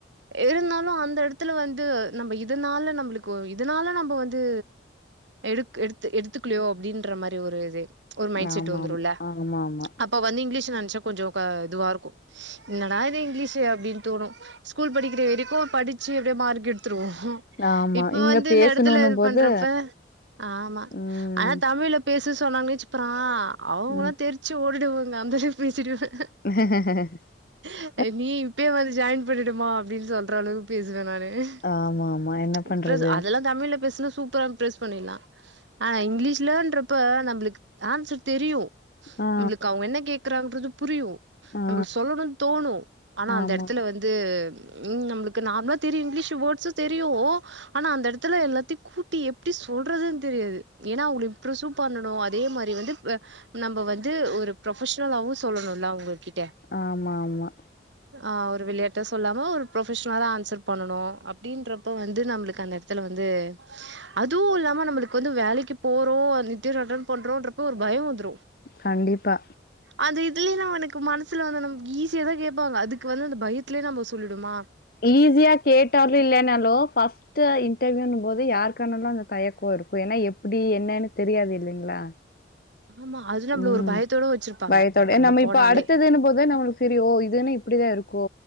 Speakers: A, on the right; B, on the left.
A: இருந்தாலும் அந்த இடத்துல வந்து நம்ம இதனால நம்மளுக்கு இதனால நம்ம வந்து எ எடுத்து எடுத்துக்கிலையோ அப்டின்ற மாரி ஒரு இது ஒரு மைண்ட்
B: ஆமாம்
A: செட் வந்துரும்ல
B: ஆமா ஆமா
A: அப்ப வந்து இங்கிலீஷ்ல நான் கொஞ்ச கொஞ்ச இதுவா இருக்கும் என் என்னா இது இங்கிலீஷ் அப்டின்னு தோணும் ஸ்கூல் படிக்குற வரிக்கும் படிச்சு எப்டி மார்கெடு <inaudible> இது
B: ஆமா
A: இப்ப
B: இங்க
A: வந்து
B: பேசணுன்னு
A: இந்த இடத்துல இது
B: போது
A: பண்றப்ப ஆமா
B: ம்
A: ஆனா தமிழ்ல பேச சொன்னாங்கே சிப்புறா அவுங்களா
B: ம்
A: தெரிச்சு ஓடிடுவோ நந்த பேசிடுவேன்
B: <inaudible>
A: இப்ப லீவுக்கு இப்ப வந்து ஜாயின் பண்ணிடுமா அப்டின்னு சொல்றளவு பேசுவே நானு <inaudible>
B: ஆமா ஆமா என்ன
A: இப்ப
B: பண்றது
A: அதெல்லாம் தமிழ்ல பேசன சூப்பரா வந்து பேஸ் பண்ணிடலாம் ஆனா இங்கிலீஷ்ல இன்றப்ப நம்புளுக்கு ஆன்சர் தெரியு
B: ஆ
A: உங்களுக்கு அவுங்க என்ன கே <inaudible> புரியு
B: ஆ
A: அப்புடி சொல்லணு தோணும் ஆனால்
B: ஆமா
A: அந்த இடத்துல வந்து உம் நம்மளுக்கு நார்மலா தெரியும் இங்கிலீஷ் வேர்ட்ஸ் தெரியும் ஆனா அந்த எடத்துல எல்லாத்தையும் கூட்டி எப்படி சொல்றதுன்னு தெரியாது ஏன்னா அவுங்க இம்ரசும் பண்ணணு அதே மாரி வந்து நம்ம வந்து ஒரு ப்ரொபஷனலாவு சொல்லணுல அவுங்களுக்கே
B: ஆமா ஆமா
A: ஆஹ ஒரு விளையாட்ட சொல்லாம ஒரு ப்ரொபஷனலா தா ஆன்சர் பண்ணனு அப்புடின்றப்ப வந்து நம்முளுக்கு அந்த இடத்துல வந்து அதுவு இல்லாம நம்முளுக்கு வந்து வேலைக்கு போறோ நித்தி ரிட்டன் பண்றோ என்றப்ப ஒரு பயம் வந்து
B: கண்டிப்பா
A: அந்த இத இதல ந உனக்கு மனசுல வந்தது நம்ம ஈஸ் ஏதுக் தா கேப்பாங்க அதுக்கு வந்து அந்த பயத்தலேயே நம்ம சொல்லுடுமா
B: ஈஸியா கேட்டாலு இல்லனாலு ஃபர்ஸ்ட்டு இன்டர்வியூன்னு போது யாருக்கானாலு அந்த தயக் ஒர் பொறுப்பு எப்டி என்னன்னு தெரியாது இல்லங்களா
A: ஆமா அது நம்மள
B: ம்
A: ஒரு பயத்தோட வச்சிருப்பாங்க
B: பயத்தோட
A: அங்க
B: நம்ம
A: போனாலே
B: இப்ப அடுத்ததுன்னு போது நம்மளு சரி ஓ இதுன்னு இப்டிதா இருக்கு கோ